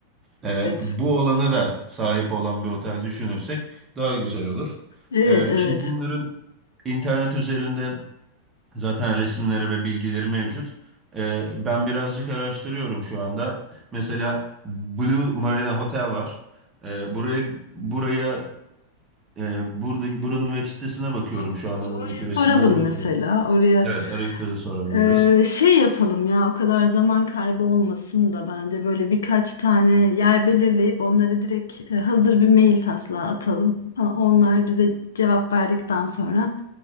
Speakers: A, on the right (about 20°); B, on the left (about 65°).
A: Ee,
B: Evet.
A: bu olanı da sahip olan bir otel düşünürsek daha güzel olur.
B: Evet
A: Ee,
B: evet.
A: şimdi bunların internet üzerinde zaten resimleri ve bilgileri mevcut. Ee, ben birazcık araştırıyorum şu anda. Mesela Blue Marina Hotel var. Ee, buraya buraya e, buradaki buranın web sitesine bakıyorum
B: Olur,
A: şu
B: olur.
A: anda buradaki
B: Oraya soralım
A: resimlere bakıyorum.
B: mesela. Oraya
A: Evet arayıp da sorabiliriz.
B: Ee, şey yapalım ya o kadar zaman kaybı olmasın da bence böyle birkaç tane yer belirleyip onları direkt e, hazır bir mail taslağı atalım. Ha, Onlar bize cevap verdikten sonra